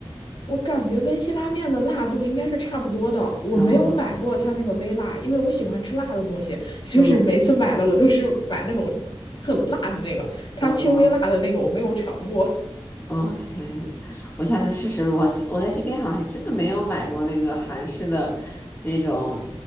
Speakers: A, on the left; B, on the left.
A: 我感觉跟辛拉面的辣度应该是差不多的。我没有买过它那个微辣，
B: 有啊，
A: 因为我喜欢吃辣的东西，<laughs> 就是每次买的我都是买那种很辣的那个，
B: 嗯
A: 它轻微辣的那个我没有尝过。
B: 嗯，OK，我下次试试。我这我在这边好像还真的没有买过那个韩式的那种